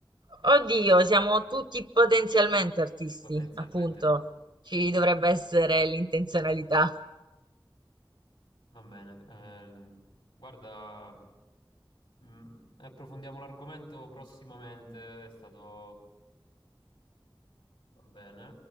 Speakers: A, on the right; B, on the left.
A: Oddio, siamo tutti potenzialmente artisti,
B: potenzialmente
A: appunto.
B: artista.
A: Ci dovrebbe essere l'intenzionalità.
B: Va bene, ehm, guarda, mm, approfondiamo l'argomento prossimamente, è stato... Va bene.